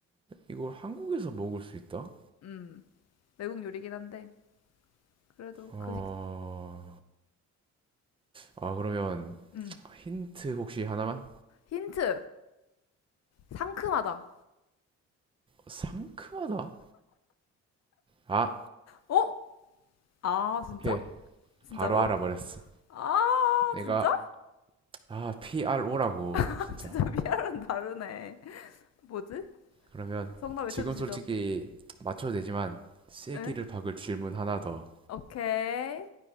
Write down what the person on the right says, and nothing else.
이걸 한국에서 먹을 수 있다?
어,
아, 그러면
힌트 혹시 하나만?
상큼하다? 아,
오케이.
바로 알아버렸어.
내가,
아, PRO라고,
진짜.
그러면,
지금 솔직히 맞춰도 되지만, 쐐기를
박을 질문 하나 더.